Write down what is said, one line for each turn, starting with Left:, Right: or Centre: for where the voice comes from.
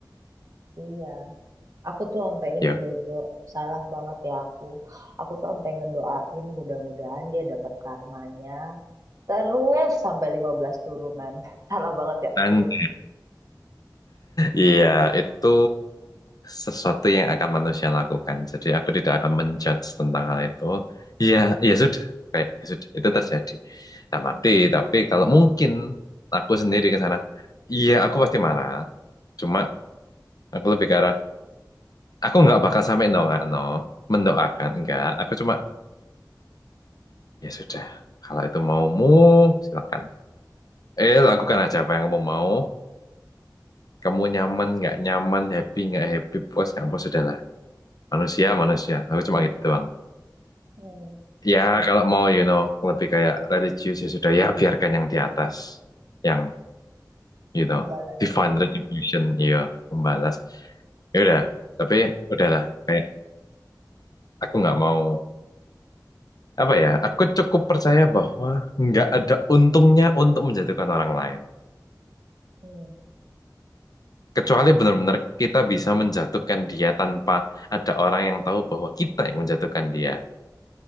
Right: Iya. Aku tuh sampai ini
Left: Ya.
Right: loh, Jo. Salah banget ya aku. Aku tuh sampai ngedoain mudah-mudahan dia dapat karmanya. Terus sampai 15 turunan. <laughs> Salah banget ya
Left: Dan
Right: aku ya.
Left: Iya, itu sesuatu yang akan manusia lakukan. Jadi aku tidak akan menjudge tentang hal itu. Iya, ya sudah, kayak ya sudah itu terjadi. Nah, mati, tapi kalau mungkin aku sendiri ke sana, iya aku pasti marah. Cuma aku lebih ke arah, aku nggak bakal sampai no nggak no, mendoakan enggak. Aku cuma ya sudah, kalau itu maumu silakan. Eh, lakukan aja apa yang kamu mau. kamu nyaman nggak nyaman, happy nggak happy, puas nggak puas, sudahlah. Manusia, manusia. Aku cuma gitu doang.
Right: Hmm.
Left: Ya, kalau mau, you know, lebih kayak religius ya sudah ya biarkan yang di atas, yang you know,
Right: Membalas.
Left: divine retribution, iya, membalas. Ya udah,
Right: Hmm.
Left: tapi
Right: Hmm.
Left: udahlah. Kayak aku nggak mau apa ya? Aku cukup percaya bahwa nggak ada untungnya untuk menjatuhkan orang lain.
Right: hmm.
Left: Kecuali benar-benar kita bisa menjatuhkan dia tanpa ada orang yang tahu bahwa kita yang menjatuhkan dia.